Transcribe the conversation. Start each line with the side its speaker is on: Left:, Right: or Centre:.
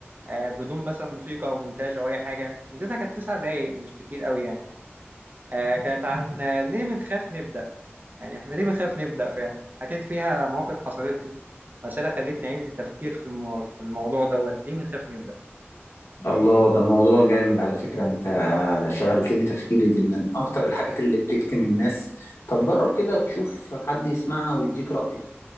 Right: آه، بدون مثلا موسيقى او مونتاج او اي حاجه مدتها كانت تسع دقايق مش كتير قوي يعني آه، كانت عن <laughs> آه، ليه بنخاف نبدا يعني احنا ليه بنخاف نبدا فعلا حكيت فيها مواقف حصلت لي مسألة خلتني أعيد التفكير في المو... في الموضوع دوت ليه بنخاف نبدأ؟
Left: الله ده موضوع جامد على فكرة انت شغلت لي تفكيري دي من اكتر الحاجات اللي بتكتم الناس طب جرب كده تشوف حد يسمعها ويديك رأي